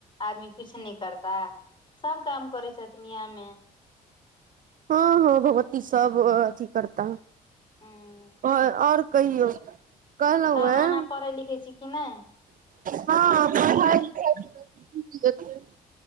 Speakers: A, on the left; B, on the right.
A: आदमी कुछ नै करताइ सब काम करै <unintelligible> मे
B: हँ हँ भगवती सब अथि करता
A: हूँ
B: आओर आओर कहियौ। कहलहुँ
A: तब
B: हें
A: अहाँ परैह लिखै छी किऽ नै
B: हँ <unintelligible>